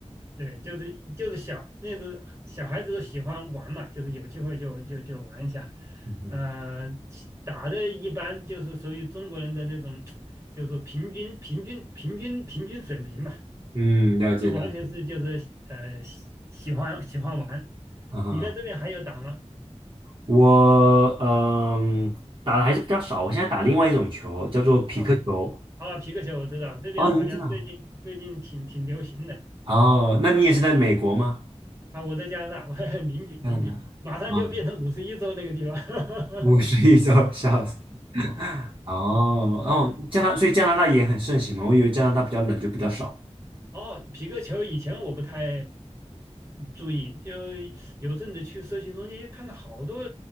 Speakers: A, on the right; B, on the right.
A: 对，就是就是小那个小孩子都喜欢玩嘛，就是有机会就就就玩一下，
B: 嗯哼
A: 呃，打的一般就是属于中国人的那种，就是平均平均平均平均水平嘛。
B: 嗯，了解了解。
A: 完全是就是呃喜喜欢喜欢玩。
B: 啊，
A: 你在这边还有打吗？
B: 我嗯打的还是比较少，我现在打另外一种球，叫做匹克球。
A: 啊啊，皮克球我知道，这边好像最近最近挺挺流行的
B: 哦，您知道？哦，那你也是在美国吗？
A: 啊。我在加拿大，我 <laughs> 邻居邻居马上就要变成五十一州那个地方，
B: 加拿大。啊，
A: <laughs>
B: 五十一周，<laughs> 笑死。哦哦，加拿，所以加拿大也很盛行嘛。我以为加拿大比较冷，就比较少。
A: 哦，皮克球以前我不太注意，就有阵子去社区中心看到好多